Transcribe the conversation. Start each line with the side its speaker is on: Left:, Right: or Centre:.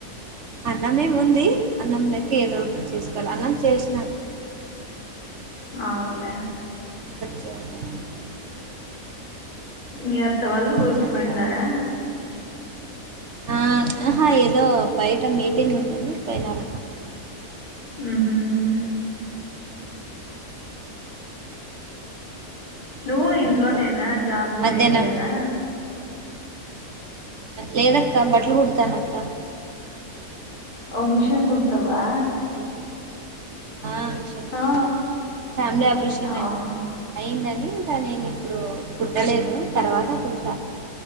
Right: అన్నమేముంది అన్నం లేకి ఏదో చేస్కోలా అన్నం చేసిన
Left: అవునులే
Right: ఏదో ఒకటి <unintelligible>
Left: మీ అత్త వాళ్ళు ఊరుక్కు
Right: ఇంకా అక్క
Left: పోయిండారా?
Right: ఆ హాఁ ఏదో బయట మీటింగ్ ఉందని పోయినార
Left: మ్మ్ హుఁ నువ్వు ఇంట్లోనేనా
Right: అక్క
Left: జాబు
Right: మధ్యాహ్నం
Left: ఏం లేదా?
Right: లేదక్క బట్టలు కుడ్తనక్క
Left: ఓ మిషన్ కుడ్తవా
Right: హలో ఆఁ మిషన్
Left: ఆ
Right: కుడ్త <unintelligible>
Left: అవునులే
Right: అయిందని ఇంక నేనిప్పుడు కుట్టలేదు తర్వాత కుడుత